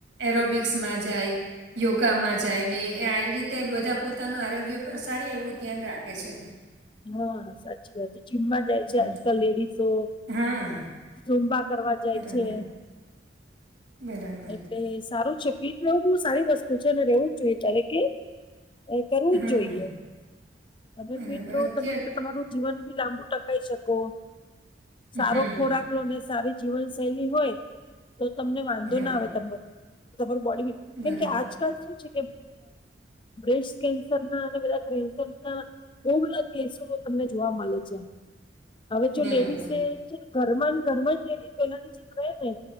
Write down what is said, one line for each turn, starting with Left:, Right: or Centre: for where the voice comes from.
Right: એરોબિક્સમાં જાય. યોગામાં જાય ને આવી રીતે બધા પોતાનું આરોગ્ય પર સારી એવું ધ્યાન રાખે છે. હ.
Left: હા સાચી વાત છે જીમમાં જાય
Right: હમ.
Left: છે આજકાલ લેડીસો.
Right: હા.
Left: ઝૂમ્બા કરવા જાય
Right: બરાબર
Left: છે.
Right: બરાબર.
Left: એટલે સારું છે પીઠ રહેવું બહુ સારી વસ્તુ છે મેં રોજ જાઉં તારે કે એ કરવુંજ
Right: હા
Left: જોઈએ. તમે
Right: બરાબર
Left: ફિટ રહો
Right: અત્યારે
Left: તમે તો તમારું જીવન બી લાંબુ ટકાઈ શકો
Right: હમ,
Left: સારો ખોરાક. સારી જીવન શૈલી હોય તો તમને વાંધો
Right: હા,
Left: ના આવે તમને તમારું બોડી.
Right: બરાબર,
Left: કેમ કે આજકાલ શું છે કે બ્રેસ્ટ કેન્સર ના અને બધાન્સર. બઉ બધા કેસો તમને જોવા મળે છે હવે જો
Right: બરાબર.
Left: લેડીસે. જેમ ઘર ઘરમાં પેલાની જેમ રહેે ને